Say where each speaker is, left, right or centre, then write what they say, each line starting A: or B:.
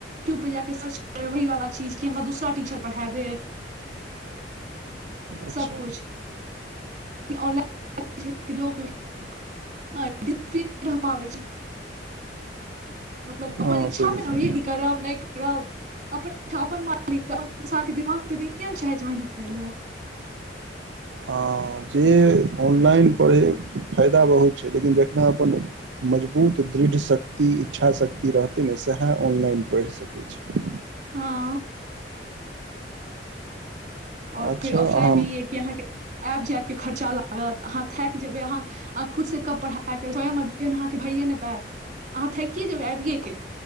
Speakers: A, on the right (about 45°); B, on the right (about 80°).
A: यूट्यूब परे जाकेऽ सर्च करबै वही वाला चीज कि हमरा दूसरा टीचर पढ़ा देत
B: अच्छा
A: सबकुछ ऑनलाइन <inaudible> <unintelligible> पाबै छै <unintelligible> मतलब अपन
B: हँ
A: इच्छा
B: से तऽ
A: पे ने
B: सही
A: यही करब नहि करब अपन मालिक तऽ अपन इन्सानके दिमाग तऽ नहिए ने चाहैत छै मेहनत करै लए
B: हँ जे ऑनलाइन पढ़य फायदा बहुत छै लेकिन जखन अपन मजबूत दृढ़ शक्ति इच्छाशक्ति रहतै ने सएह ऑनलाइन पढ़ि सकैत छी
A: हँ आओर
B: अच्छा
A: फेर ऑफलाइनमे
B: अहाँ
A: ई यए कि अहाँके आबि जायबके खर्चा लागत अहाँ थाकि जेबय अहाँ आ खुद सँ कब पढ़ब स्वयं अध्ययन अहाँके भइये नहि पायत, अहाँ थकि जेबय आबिये के